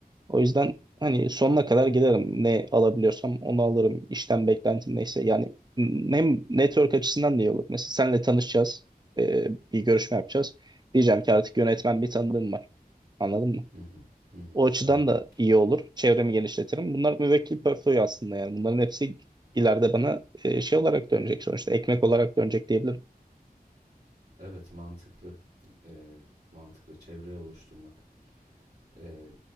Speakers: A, on the right; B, on the right.
A: O yüzden hani sonuna kadar giderim. Ne alabiliyorsam onu alırım. İşten beklentim neyse. Yani n- hem network açısından da iyi olur. Mesela senle tanışacağız. e, bir görüşme yapacağız. Diyeceğim ki artık yönetmen bir tanıdığım var. Anladın mı?
B: Hı hı. Hı hı.
A: O açıdan
B: Anladım.
A: da iyi olur. Çevremi genişletirim. Bunlar müvekkil portföy aslında yani. Bunların hepsi ileride bana e, şey olarak dönecek sonuçta. Ekmek olarak dönecek diyebilirim.
B: Evet, mantıklı. Eee, mantıklı çevre oluşturmak. Eee,